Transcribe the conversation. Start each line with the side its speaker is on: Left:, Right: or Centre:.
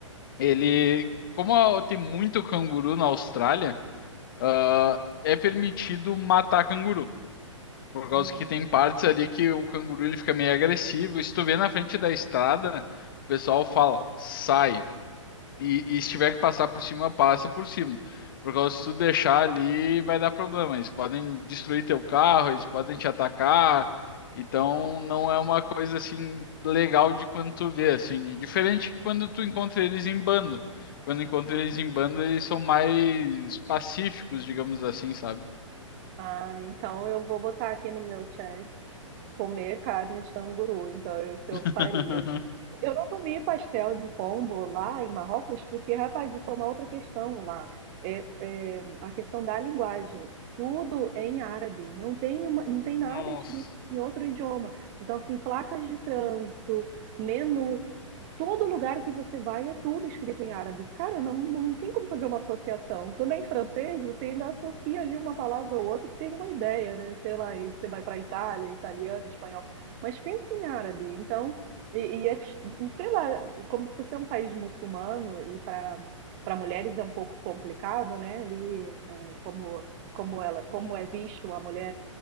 Left: Ele, como a- tem muito canguru na Austrália, ah, é permitido matar canguru. Por
Right: Hum.
Left: causa que tem partes ali que o canguru ele fica meio agressivo. E se tu vê na frente da estrada, o pessoal fala, sai. E, e se tiver que passar por cima, passa por cima. Por causa que se tu deixar ali, vai dar problema. Eles podem destruir teu carro, eles podem te atacar. Então não é uma coisa assim legal de quando tu vê, assim. Diferente que quando tu encontra eles em bando. Quando encontra eles em bando, eles são mais pacíficos, digamos assim, sabe?
Right: Ah, então eu vou botar aqui no meu check comer carne de canguru. Então eu, isso eu
Left: <laughs>
Right: faria. Eu não comi pastel de pombo lá em Marrocos, porque, rapaz, isso é uma outra questão lá. É, é a questão da linguagem. Tudo é em árabe, não tem, uma- não tem nada
Left: Nossa.
Right: escrito em outro idioma. Então, assim, placas de trânsito, menu, Todo lugar que você vai é tudo escrito em árabe. Cara, não, não tem como fazer uma associação. Quando é em francês, você ainda associa ali uma palavra ou outra que tem uma ideia, né? Sei lá, e você vai para Itália, italiano, espanhol. Mas pensa em árabe. Então, e, e é- e sei lá, como por ser um país muçulmano e para para mulheres é um pouco complicado, né? Ali, eh, como como ela, como é visto a mulher